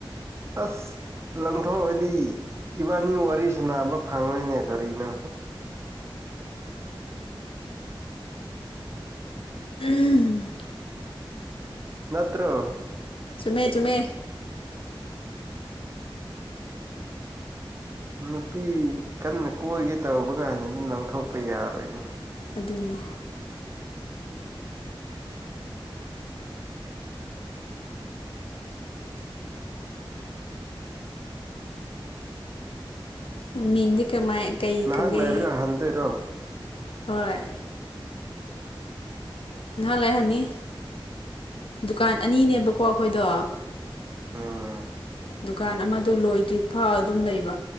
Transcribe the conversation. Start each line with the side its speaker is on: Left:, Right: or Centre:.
Right: ꯑꯁ ꯂꯪꯊꯣꯛꯑꯗꯤ ꯏꯕꯥꯟꯅꯤ ꯋꯥꯔꯤ ꯁꯥꯟꯅꯅꯕ ꯐꯪꯉꯣꯏꯅꯦ ꯀꯔꯤꯅꯣ
Left: <unintelligible>
Right: ꯅꯠꯇ꯭ꯔꯣ
Left: ꯆꯨꯝꯃꯦ ꯆꯨꯝꯃꯦ
Right: ꯅꯨꯄꯤ ꯀꯟꯅ ꯀꯣꯏꯒꯦ ꯇꯧꯕ ꯀꯥꯟꯁꯤꯅ ꯂꯪꯊꯣꯛꯄ ꯌꯥꯔꯣꯏꯅꯦ
Left: ꯑꯗꯨꯅꯤ ꯃꯤꯡꯗꯤ ꯀꯃꯥꯏ ꯀꯩ
Right: ꯅꯍꯥꯛ
Left: ꯀꯧꯒꯦ
Right: ꯂꯩꯔꯒ ꯍꯟꯗꯣꯏꯔꯣ
Left: ꯍꯣꯏ ꯉꯥꯏꯍꯥꯛ ꯂꯩꯥꯔꯒ ꯍꯟꯅꯤ ꯗꯨꯀꯥꯟ ꯑꯅꯤꯅꯦꯕꯀꯣ ꯑꯩꯈꯣꯏꯗꯣ
Right: ꯎꯝ
Left: ꯗꯨꯀꯥꯟ ꯑꯃꯗꯣ ꯂꯣꯏꯗ꯭ꯔꯤ ꯐꯥꯎ ꯑꯗꯨꯝ ꯂꯩꯕ